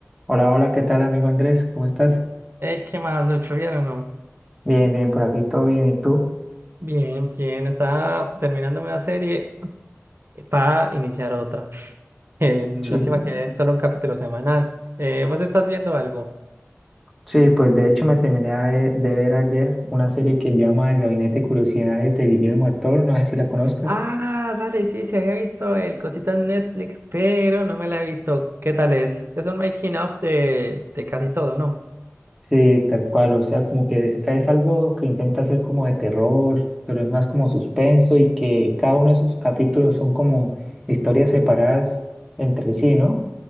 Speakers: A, in the centre; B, on the right.
A: Hola, hola, ¿qué tal, amigo Andrés? ¿Cómo estás?
B: Eh, ¿qué más, Lucho? ¿Bien o no?
A: Bien, bien, por aquí todo bien, ¿y tú?
B: Bien, bien. Estaba terminando una serie para iniciar otra. <laughs> Eh, lástima
A: Sí,
B: que den solo un capítulo semanal. Eh, ¿vos estás viendo algo?
A: Sí, pues de hecho me terminé de, de ver ayer una serie que llama El Gabinete de Curiosidades de Guillermo del Toro, no sé si la conozcas.
B: Ah, dale, sí, sí, había visto el cosito en Netflix, pero no me la he visto. ¿Qué tal es? Es un making of de, de casi todo, ¿no?
A: Sí, tal cual, o sea, como que es, es algo que intenta hacer como de terror, pero es más como suspenso y que cada uno de sus capítulos son como historias separadas entre sí, ¿no?